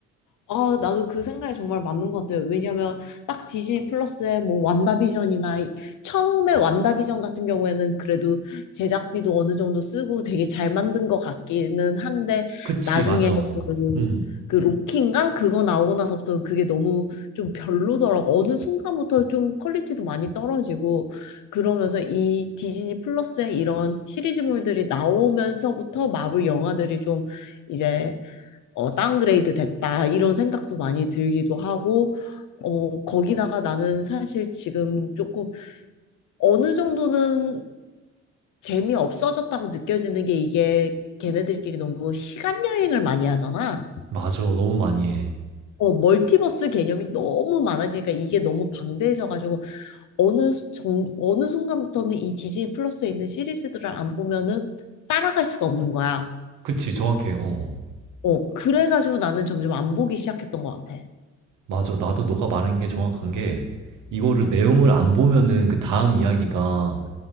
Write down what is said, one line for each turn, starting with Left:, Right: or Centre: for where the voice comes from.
Left: 아, 나도 그 생각이 정말 맞는 것 같아요. 왜냐면 딱 디즈니 플러스에 뭐 완다비전이나 이- 처음에 완다비전 같은 경우에는 그래도 제작비도 어느 정도 쓰고 되게 잘 만든 것 같기는 한데
Right: 그치,
Left: 나중에
Right: 맞아.
Left: 그,
Right: 음,
Left: 그 음. 로키인가? 그거 나오고 나서부터 그게 너무 좀 별로더라고. 어느 순간부터 좀 퀄리티도 많이 떨어지고 그러면서 이 디즈니 플러스에 이런 시리즈물들이 나오면서부터 마블 영화들이 좀 이제 어, 다운그레이드 됐다, 이런 생각도 많이 들기도 하고, 어, 거기다가 나는 사실 지금 조금 어느 정도는 재미없어졌다고 느껴지는 게 이게 걔네들끼리 너무 시간 여행을 많이 하잖아.
Right: 맞아. 너무 많이 해.
Left: 어, 멀티버스 개념이 너무 많아지니까 이게 너무 방대해져가지고 어느 수- 정, 어느 순간부터는 이 디즈니 플러스에 있는 시리즈들을 안 보면은 따라갈 수가 없는 거야.
Right: 그치, 정확해. 어.
Left: 어, 그래가지고 나는 점점 안 보기 시작했던 것 같아.
Right: 맞아. 나도 너가 말한 게 정확한 게 이거를 내용을 안 보면은 그 다음 이야기가